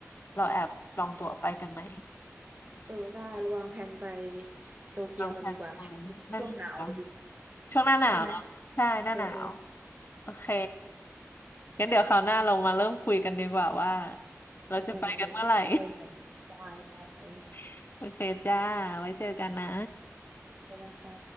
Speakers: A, on the left; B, on the right.
A: เราแอบจองตั๋วไปกันไหม
B: เออได้ระวางแผนไปโตเกียวกันดีกว่าช่วงช่วงหนาวพอดี
A: วางแผนไว้นั่นสิคะช่วงหน้าหนาวเนอะใช่หน้าหนาว
B: ใช่ไหมเขาเออเออ
A: โอเคงั้นเดี๋ยวคราวหน้าเรามาเริ่มคุยกันดีกว่าว่าเราจะไปกันเมื่อไหร่
B: เออไปไหนได้ได้เลย
A: <laughs> โอเคจ้าไว้เจอกันนะ
B: ขอบคุณนะค่ะ